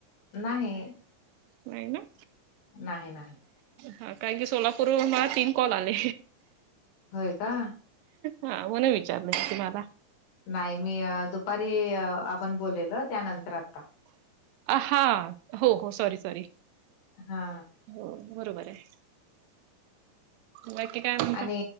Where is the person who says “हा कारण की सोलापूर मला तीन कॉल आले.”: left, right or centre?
Right